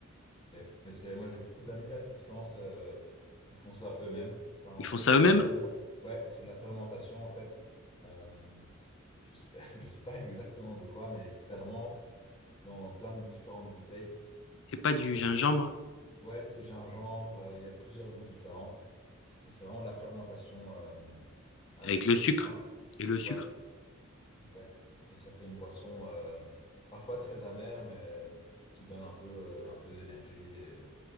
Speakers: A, on the left; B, on the left.
A: Ok. Mais c'est moi j'ai beaucoup d'amis là qui se lancent, euh, ils font ça eux-mêmes. Enfin en
B: Ils
A: fait
B: font ça
A: c'est
B: eux-mêmes.
A: de la ferme- ouais c'est de la fermentation en fait. Euh, je sais pas, <laughs> je sais pas exactement de quoi mais ils fermentent dans plein de différentes bouteilles.
B: C'est pas du
A: Euh,
B: gingembre
A: ouais c'est gingembre, euh, il y a plusieurs goûts différents. Mais c'est vraiment la fermentation euh, assez
B: avec le sucre
A: simple.
B: et le sucre.
A: Ouais. Exact. Et ça fait une boisson euh, parfois très amère, mais qui donne un peu, euh, un peu d'énergie et